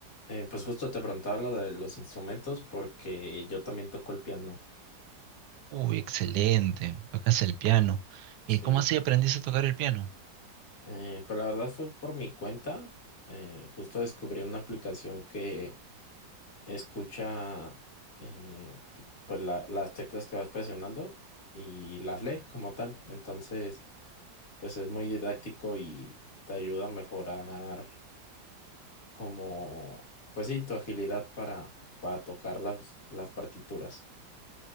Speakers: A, on the left (about 40°); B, on the right (about 70°).
A: Eh, pues justo te preguntaba lo de los instrumentos porque yo también toco el piano,
B: Uy, excelente. Tocas el piano. ¿Y
A: sí.
B: cómo así aprendiste a tocar el piano?
A: Eh, pero la verdad fue por mi cuenta. Eh, justo descubrí una aplicación que escucha eh, pues la- las teclas que vas presionando y las lee como tal. Entonces... pues es muy didáctico y te ayuda a mejorar como, pues sí, tu agilidad para, para tocar las, las partituras.